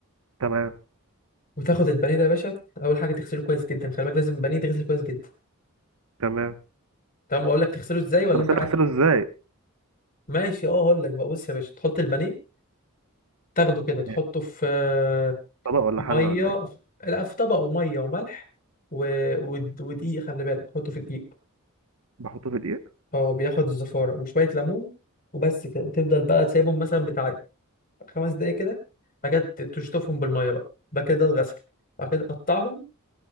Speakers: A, on the right; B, on the left.
A: تمام
B: وتاخد البانيه ده يا باشا اول حاجه تغسله كويس جدا خلي بالك لازم البانيه يتغسل كويس جدا
A: تمام
B: تمام اقول لك تغسله ازاي ولا
A: طب بس
B: انت
A: انا
B: عارف
A: اغسله ازاي
B: ماشي اه اقول لك بقى بص يا باشا تحط البانيه تاخده كده تحطه
A: يعني
B: في آه،
A: طبق ولا حله
B: ميه
A: ولا ايه
B: في- لا في طبق وميه وملح و... ود- ودقيق خلي بالك حطه في الدقيق
A: بحطه في دقيق
B: هو بياخد الزفاره وشويه ليمون وبس كده تفضل بقى تسيبهم مثلا بتاع خمس دقايق كده بعد كده تشطفهم بالميه بقى بعد كده ده الغسل بعد كده تقطعهم